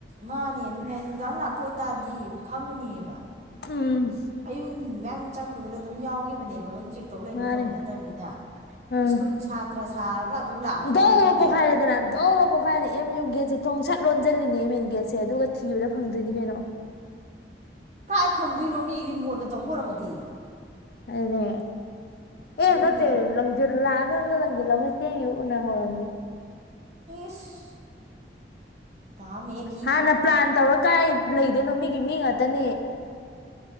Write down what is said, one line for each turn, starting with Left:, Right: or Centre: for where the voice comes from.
Right: ꯃꯥꯅꯦ ꯑꯗꯨꯅꯦ ꯍꯥꯏꯁꯦ ꯅꯨꯡꯗꯥꯡ ꯂꯥꯛꯄ ꯑꯣꯏꯇꯥꯔꯗꯤ ꯈꯪꯉꯅꯤꯕ
Left: ꯎꯝ
Right: ꯑꯌꯨꯛ ꯃꯌꯥꯝ ꯆꯪꯕꯗꯨꯗ ꯑꯗꯨꯝ ꯌꯥꯎꯒꯤꯅꯦꯕ ꯂꯣꯏ ꯆꯦꯛ ꯇꯧ ꯂꯩꯕ
Left: ꯃꯥꯅꯦ
Right: ꯉꯝꯕ ꯅꯠꯇꯕꯅꯤꯅ
Left: ꯑꯥ
Right: ꯁ꯭ꯀꯨꯜ ꯁꯥꯇ꯭ꯔ ꯁꯥꯔꯒ ꯑꯗꯨꯝ ꯂꯥꯛꯑꯁꯨ
Left: ꯗꯧꯅ
Right: ꯈꯪꯄꯣꯠꯇꯦ
Left: ꯄꯣꯛꯈꯥꯏꯔꯦꯗꯅ ꯗꯧꯅ ꯄꯣꯛꯈꯥꯏꯔꯦ ꯑꯦꯝ ꯌꯨ ꯒꯦꯠꯁꯦ ꯊꯣꯡ ꯁꯠ ꯂꯣꯟꯁꯤꯜꯂꯤꯅꯦ ꯑꯦꯝ ꯑꯦ ꯒꯦꯠꯁꯦ ꯑꯗꯨꯒ ꯊꯤꯕꯗ ꯐꯪꯗ꯭ꯔꯤꯅꯤ ꯀꯩꯅꯣ
Right: ꯀꯥꯏ ꯐꯪꯗꯣꯏꯅꯣ ꯃꯤ ꯔꯤꯃꯣꯠꯅ ꯇꯧꯕ ꯑꯣꯏꯔꯝꯃꯗꯤ
Left: ꯑꯗꯨꯗꯦ ꯑꯦ
Right: ꯅꯣꯏꯒꯤ
Left: ꯅꯠꯇꯦ ꯅꯪ ꯂꯥꯛꯑꯒꯂꯒ ꯂꯥꯪꯖꯤꯟꯂꯃꯒꯥ ꯆꯦꯟꯒꯤꯕꯥ ꯎꯅꯍꯧꯔꯝꯅꯤ
Right: ꯏꯁ ꯇꯝ <unintelligible>
Left: ꯍꯥꯟꯅ ꯄ꯭ꯂꯥꯟ ꯇꯧꯔ ꯀꯥꯏ ꯂꯩꯗꯣꯏꯅꯣ ꯃꯤꯒꯤ ꯃꯤ ꯉꯥꯛꯇꯅꯤ